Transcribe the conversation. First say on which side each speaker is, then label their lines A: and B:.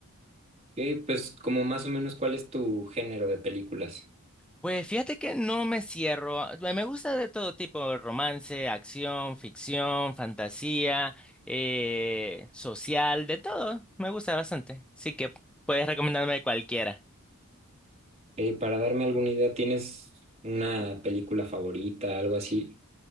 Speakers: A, on the right; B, in the centre.
A: Ok, pues como más o menos cuál es tu género de películas.
B: Pues fíjate que no me cierro. a- Me gusta de todo tipo, romance, acción, ficción, fantasía, eh, social, de todo. Me gusta bastante. Así que puedes recomendarme cualquiera.
A: Eh, para darme alguna idea, ¿tienes una película favorita, algo así?